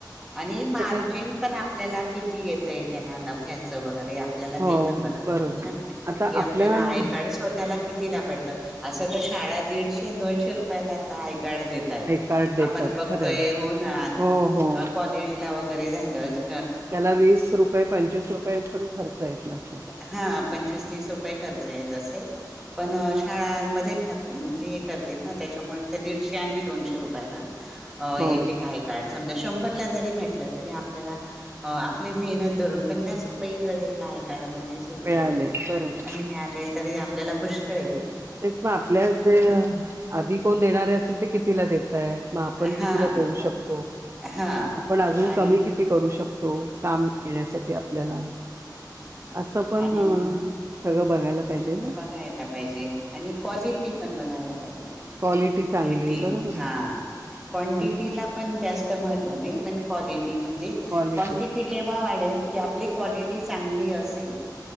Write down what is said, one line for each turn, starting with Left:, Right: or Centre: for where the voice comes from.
Centre: आणि मार्जिन
Right: काय
Centre: पण आपल्याला किती येतय. त्याला नफ्याच वगैरे आपल्याला
Right: हो
Centre: ते पण बघायला
Right: बरोबर
Centre: लागेल ना,
Right: आता
Centre: की आपल्याला
Right: आपल्या
Centre: आय कार्ड स्वतःला कि तिला पडत. असत शाळा दीडशे दोनशे रुपया आता आहे. <unintelligible> कार्ड देताय आहे,
Right: आय कार्ड देतात
Centre: आपण बघतोय
Right: खरंय.
Centre: होउन. ना आता
Right: हो हो.
Centre: कॉलेज ला वगैरे सहज
Right: त्याला वीस रुपये पंचवीस रुपये पण खर्च येत नसेल.
Centre: हा पंचवीस तीस रुपये खर्च येत असेल, पण शाळान मध्ये खात म्हणजे हे करतील ना, त्याच्यामुळे ते दीडशे आणि दोनशे रुपयाला अ एक
Right: हो.
Centre: एक समजा शंभर ला जरी भेटला, तरी आपल्याला. आपले मेहनत धरून पन्नास रुपये जरे आय काड मागे सुटले,
Right: मिळाले बरोबर
Centre: आणि आले. तरी आपल्याला पुष्कळ ये.
Right: तेच मग आपल्या ज आधी कोण देणार असतील, ते कितीला देतय, मग आपण
Centre: हा
Right: कितीला देऊ शकतो.
Centre: हा
Right: आपण अजून
Centre: आणि
Right: कमी किती करू शकतो. काम मिळण्यासाठी आपल्याला असं पण,
Centre: आणि
Right: सगळं बघायला पाहिजे ना.
Centre: बघायला पाहिजे आणि कॉलिटी पण बघायला पाहिजे,
Right: क्वालिटी
Centre: कॉलिटी
Right: चांगली बरोबर
Centre: हा
Right: आहे
Centre: क्वांटिटीला
Right: आणि
Centre: पण जास्त म महत्व नाही पण कॉली म्हणजे
Right: क्वालिटी
Centre: क्वांटिटी केव्हा वाढेल, की आपली कॉलि ती चांगली असेल.